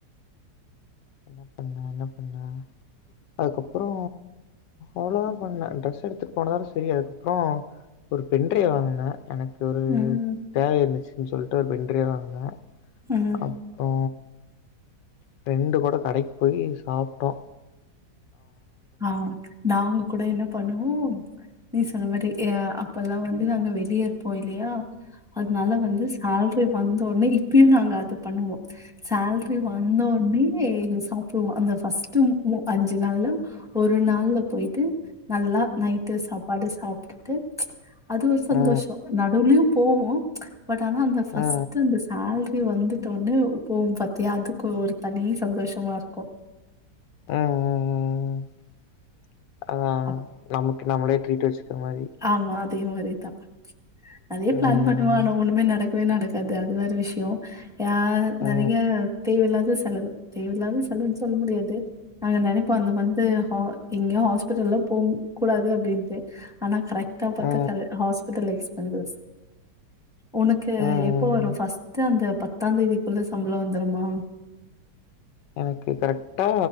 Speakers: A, on the left; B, in the centre.
A: என்ன பண்ணே என்ன பண்ணே அதுக்கப்றோ அவ்ளோதா பண்ணே ட்ரஸ் எடுத்துட் போனதோட செரி அதுக்கப்றோ ஒரு பென்ரைவ் வாங்குன எனக்கொரு
B: ம்
A: தேவை இருந்துச்சுன் சொல்ட்டு ஒரு பென்ரைவ் வாங்னே
B: ம்
A: அப் றோ ஃப்ரெண்டு கூட கடைக் போயி சாப்ட்டோ
B: ஆ நாங்க கூட என்ன பண்ணுவோ நீ சொன்ன மாரி ஏ அ ப்பல்லா வந்து நாங்க வெளிய இருப்போ இல்லியா அத்னால வந்து சேல்ரி வந்தோன்னே இப்பயு நாங்க அது பண்ணுவோ சேல்ரி வந்தோன்னே ஏ இது சாப்டுவோ அந்த ஃபஸ்ட்டு ம் மொ அஞ்சு நாள்ல ஒரு நாள்ல போய்ட்டு நல்லா நைட்டு சாப்பாடு சாப்ட்டுட்டு அது ஒரு சந்தோஷோ
A: ஆ.
B: நடுவ்லியு போவோ பட் ஆனா அந்த ஃபஸ்ட்டு
A: ஆ.
B: அந்த சேல்ரி வந்துட்டோன்னே ம் போவோ பாத்தியா அதுக்கு ஒரு தனி சந்தோஷமா இருக்கு
A: அ அ அ அ அ அதா
B: அப்
A: நமக்கு நம்மளே ட்ரீட் வெச்சுக்கிற மாரி
B: ஆமா அதே மாரிதா நெறைய
A: ம்.
B: ப்ளான் பண்ணுவோ ஆனா ஒன்னுமே நடக் மே நடக்காது அது வேற விஷ்யோ ஆ
A: ஆ.
B: நெறைய தேவ இல்லாத செலவு தேவ இல்லாத செலவுன் சொல்ல முடியாது நாங்க நெனைப்போ அந்த மந்து ஹா எங்கயு ஹாஸ்பிட்டல்லா போ கூடாது அப்டின் டு ஆனா கரெக்டா பாத்தா
A: ஆ.
B: கரெ ஹாஸ்பிடல் எக்ஸ்பென்டர்ஸ் உனக்கு
A: ஆ.
B: எப்போ வரு ஃபஸ்ட்ட் அந்த பத்தாந் தேதிக்குள்ள சம்பளோ வந்துருமா
A: எனக்கு கரெக்டா